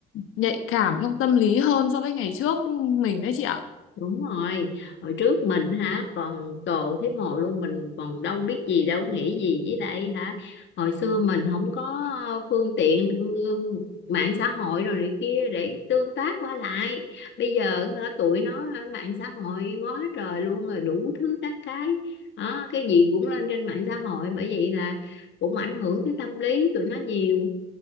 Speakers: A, on the left; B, on the left.
A: nhạy cảm trong tâm lý hơn so với ngày trước mình đấy chị ạ
B: Đúng rồi, hồi trước mình hả còn cồ thấy mồ luôn mình còn đâu biết gì đâu nghĩ gì với lại hả hồi xưa mình không có ờ, phương tiện ừ, mạng xã hội rồi này kia để tương tác qua lại bây giờ hả, tụi nó hả, mạng xã hội quá trời luôn rồi đủ thứ các cái đó, cái gì cũng lên trên mạng xã hội bởi vậy là cũng ảnh hưởng tới tâm lý tụi nó nhiều